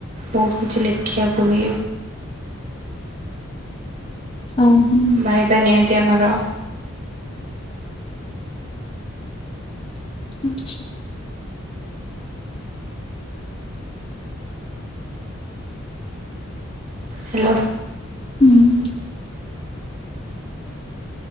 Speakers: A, on the right (about 40°); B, on the left (about 25°).
A: ବହୁତ କିଛି ଲେଖିବାକୁ ବି।
B: ହଁ ହଁ।
A: ଭାଇବା ନିଅନ୍ତି ଆମର।
B: ଆଛା।
A: ହ୍ୟାଲୋ।
B: ହୁଁ